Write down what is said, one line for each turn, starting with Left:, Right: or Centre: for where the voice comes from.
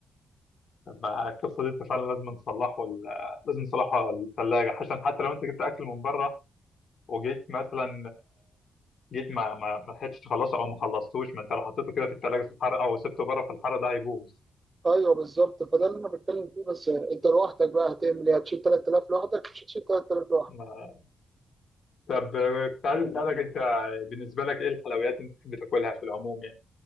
Left: طب ما القصه دي انت فعلا لازم تصلحه ال- لازم تصلحه الثلاجه عشان حتى لو انت جبت اكل من بره وجيت مثلا جيت ما ما ما لحقتش تخلصه او ما خلصتوش ما انت لو حطيته كده في الثلاجه في الحر او سبته بره في الحر ده هيبوظ
Right: ايوه بالظبط فده اللي انا بتكلم فيه بس انت لوحدك بقى هتعمل ايه هتشيل 3000 لوحدك مش هتشيل 3000 لوحدك
Left: ما- طب كنت عايز اسالك انت بالنسبه لك ايه الحلويات اللي بتحب تاكلها في العموم يعني